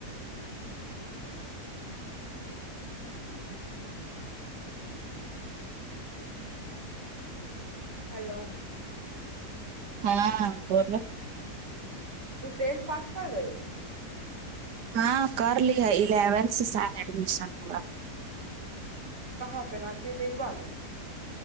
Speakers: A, on the right (about 40°); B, on the right (about 80°).
A: ہیلو
B: ہاں بولو
A: وہ ٹینھ پاس کر گئی
B: ہاں کر لی ہے الیونتھ سے شاید ایڈمیشن ہوا
A: کہاں پہ رانچی مر باغ ہے